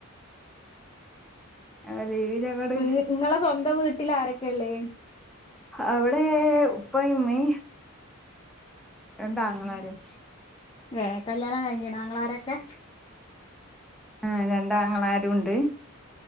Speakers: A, in the centre; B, on the left.
A: ആ ലീവിലങ്ങട്
B: വീ ഇങ്ങളെ സ്വന്തം വീട്ടിൽ ആരൊക്കെയ ഉള്ളേ
A: അവിടെ ഉപ്പയും ഉമ്മേ രണ്ട് ആങ്ങള മാരും
B: ഏ കല്യാണം കഴിഞ്ഞിനാ ആങ്ങള മാരൊക്കെ
A: ആ രണ്ടാങ്ങളമാരും ഉണ്ട്